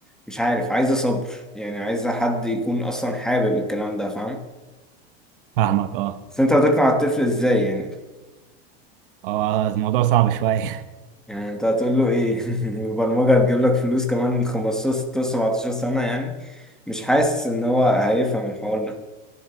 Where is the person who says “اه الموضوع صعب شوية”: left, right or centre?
Right